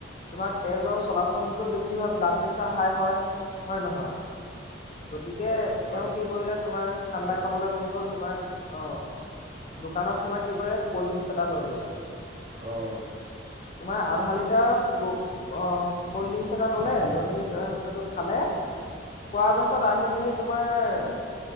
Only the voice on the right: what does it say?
হয় হয়
হয়
অ'।